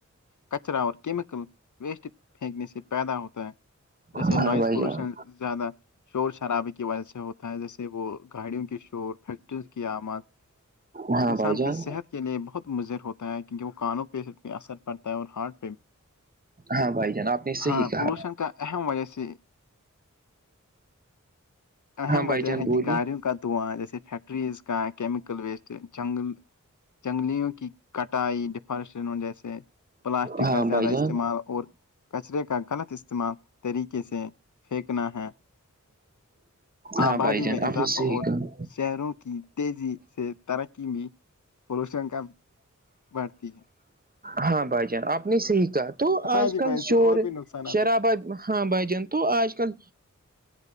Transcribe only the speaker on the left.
کچرا کیمیکل ویسٹ پھینکنے سے پیدا ہوتا ہے جیسے
نوائز
پولوشن
زیادہ شور شرابے کی وجہ سے ہوتا جیسے وہ گاڑیوں کے شور فیکٹریوں کی آماد
انسان
کے صحت کے لیے بہت مضر ہوتا ہے کیونکہ وہ کانوں پہ اثر پڑتا ہے اور ہارٹ
ہاں
پولوشن کا احم وجیسی اہم
وجہ
ہے
کہ گاڑیوں کا دعا جیسے فیکٹریز کا کیمیکل ویسٹ جنگل جنگلوں کی کٹائی ڈیفارسن جیسے پلاسٹک
کا زیادہ
استعمال اور کچرے کا غلط استعمال طریقے سے پھینکنا ہے آبادی
میں
اضافہ
اور
شہروں کی تیزی سے ترقی میں پولوشن کا بڑھتی ہے
ہاں جی
بھائی اس سے
اور بھی نقصانات
ہے